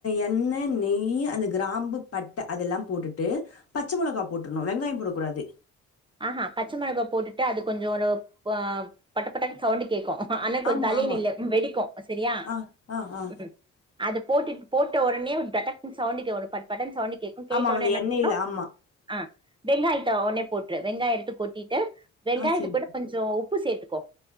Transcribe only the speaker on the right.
ஆஹா பச்ச மெளகா போட்டுட்டு அது கொஞ்ஜோ ஒரு பட படன்னு சவுண்டு கேக்கும் ஆனா கொஞ்ஜோ
தள்ளி
நில்லு வெடிக்கும் சரியா
உம் அது போட்டுட்டு போட்ட ஒடனே டடக் சவுண்டு கே படபடனு சவுண்டு கேக்கு கேட்ட
உடனே
என்ன
பண்ணுனா
ஆஹ் வெங்காயத்தா உடனே போட்ரு வெங்காயம் எடுத்து கொட்டி வெங்காயத்து
கூட கொஞ்ஜோ உப் உப்பு சேத்துக்கோ